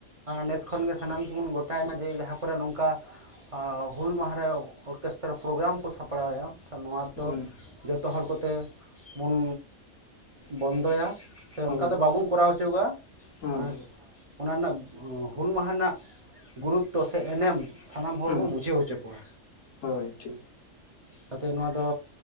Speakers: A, on the right; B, on the left.
A: ᱱᱮᱥ ᱠᱷᱚᱱᱜᱮ ᱥᱟᱱᱟᱢ ᱠᱩ ᱵᱚᱱ ᱜᱚᱴᱟᱭ ᱢᱟ ᱡᱮ ᱡᱟᱦᱟᱸ ᱠᱚᱨᱮ ᱱᱚᱝᱠᱟ <unintelligible> ᱦᱩᱞ ᱢᱟᱦᱟ ᱨᱮ ᱚᱨᱠᱮᱥᱴᱨᱟᱨ ᱯᱨᱳᱜᱨᱟᱢ ᱠᱚ ᱥᱟᱯᱲᱟᱣᱮᱫᱼᱟ᱾ ᱠᱷᱟᱱ ᱱᱚᱣᱟ ᱫᱚ
B: ᱦᱩᱸ
A: ᱡᱚᱛᱚ ᱦᱚᱲ ᱠᱚᱛᱮ ᱵᱚᱱ ᱵᱚᱱᱫᱚᱭᱟ᱾ ᱥᱮ
B: ᱦᱳᱭ
A: ᱚᱱᱠᱟ ᱫᱚ ᱵᱟᱵᱚᱱ ᱠᱚᱨᱟᱣ ᱦᱚᱪᱚᱣᱟ
B: ᱦᱮᱸ
A: ᱠᱚᱣᱟ᱾ ᱚᱱᱟ ᱨᱮᱱᱟᱜ ᱦᱩᱞ ᱢᱟᱦᱟ ᱨᱮᱱᱟᱜ ᱜᱩᱨᱩᱛᱛᱚ ᱥᱮ ᱮᱱᱮᱢ ᱥᱟᱱᱟᱢ ᱦᱚᱲ
B: ᱦᱮᱸ
A: ᱵᱚᱱ ᱵᱩᱡᱷᱟᱹᱣ ᱦᱚᱪᱚ ᱠᱚᱣᱟ,
B: ᱦᱳᱭ ᱴᱷᱤᱠ
A: ᱛᱟᱛᱮ ᱱᱚᱣᱟ ᱫᱚ